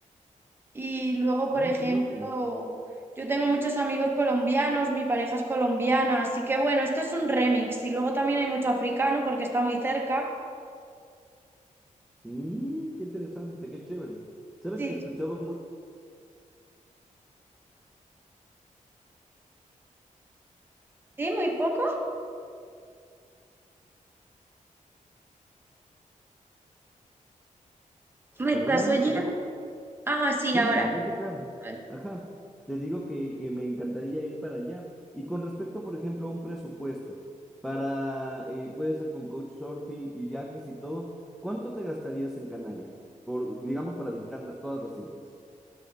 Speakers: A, on the right; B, in the centre.
A: Y luego, por
B: Ah,
A: ejemplo,
B: qué loco.
A: yo tengo muchos amigos colombianos, mi pareja es colombiana, así que bueno, esto es un remix. Y luego también hay mucho africano porque está muy cerca.
B: Mm, qué interesante, qué chévere. ¿Sabes
A: Sí,
B: que he escuchado mucho?
A: sí, muy poco. ¿Me
B: Perdóname,
A: estás oyendo?
B: ¿aló?
A: Ah, sí,
B: Sí,
A: ahora.
B: sí, te escucho claro.
A: Vale.
B: Ajá. Te digo que, que me encantaría ir para allá. Y con respecto, por ejemplo, a un presupuesto para, eh, puede ser con couchsurfing y viajes y todo, ¿cuánto te gastarías en Canarias? Por, digamos, para visitar la- todas las islas.